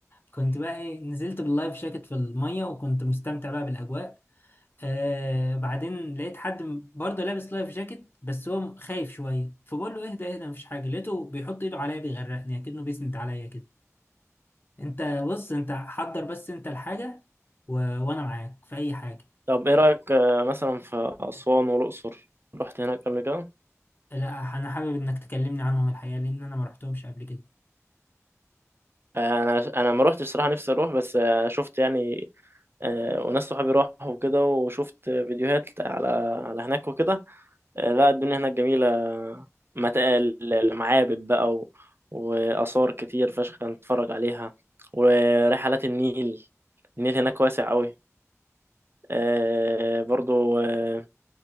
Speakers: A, on the left; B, on the right.
A: كنت بقى ايه نزلت باللايف جاكيت في الميه وكنت مستمتع بقى بالاجواء آه بعدين لقيت حد م- برضه لابس لايف جاكيت بس هو م- خايف شويه فبقول له اهدى اهدى مفيش حاجه لقيته بيحط ايده عليا بيغرقني اكنه بيسند عليا كده انت بص انت حضر بس انت الحاجه و... وانا معاك في اي حاجه
B: طب ايه رأيك آه، مثلا في أسوان والأقصر رحت هناك قبل كده
A: لا انا حابب انك تكلمني عنهم الحقيقه لان انا ما رحتهمش قبل كده
B: آه، انا انا ما روحتش صراحة نفسي اروح بس آه، شفت يعني آه، وناس صحابي راحوا وكده وشفت فيديوهات على على هناك وكده آه، لا الدنيا هناك جميلة مت- ال- المعابد بقى و- وآثار كتير فشخ نتفرج عليها ورحلات النيل النيل هناك واسع قوي آه، برضو آه،